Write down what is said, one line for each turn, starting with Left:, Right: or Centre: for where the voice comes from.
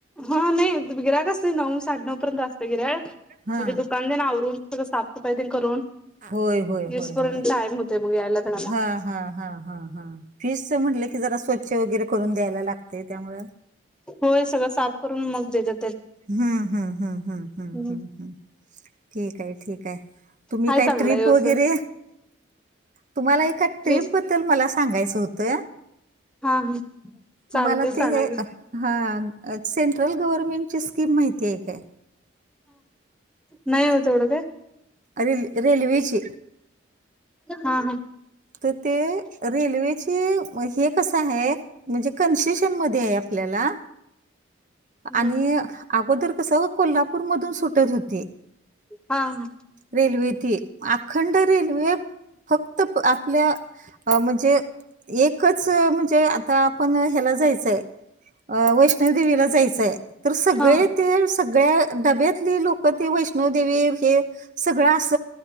Centre: हा नाही गिराइक असतय नऊ साडे नऊ पर्यंत असतंय गिराइक
Right: हा
Centre: म्हणजे दु दुकां तेन आवरून सगळं साफसफाई ते करून
Right: होय होय होय
Centre: इसपर्यंत
Right: होय
Centre: टाईम होतय मग यायला त्यांला.
Right: हा हा हा हा हा तेच म्हटलं की जरा स्वच्छ वगैरे करून द्यायला लागते त्यामुळ.
Centre: होय सगळं साफ करून मग देत्यात.
Right: हम्म हम्म हम्म हम्म हम्म
Centre: तेनी
Right: हम्म हम ठीकय ठीकय. तुम्ही
Centre: हाय
Right: काय
Centre: चांगला
Right: ट्रीप
Centre: व्यवस्थित
Right: वगैरे तुम्हाला एका
Centre: प्लीज
Right: ट्रीप ब मला सांगायचं होत
Centre: हा हा
Right: तुम्हाला
Centre: चालतय सांगा
Right: ते
Centre: की
Right: हा सेंट्रल गव्हर्मेंट ची स्कीम माहिती आहे काय?
Centre: नाही हो तेवढं काय.
Right: रेल् रेल्वेची
Centre: हा हा.
Right: तर ते रेल्वेची म हे कसं आहे म्हणजे कन्सेशन मध्ये आहे आपल्याला
Centre: हम्म
Right: आणि अगोदर कसं कोल्हापूर मधून सुटत होती.
Centre: हा हा.
Right: रेल्वे ती अखंड रेल्वे फक्त आपल्या अ म्हणजे एकच म्हणजे आता आपण ह्याला जायचंय वैष्णवदेवीला जायचं य तर सगळे
Centre: हा
Right: ते सगळ्या डब्यातली लोक ते वैष्णव देवी हे सगळं अस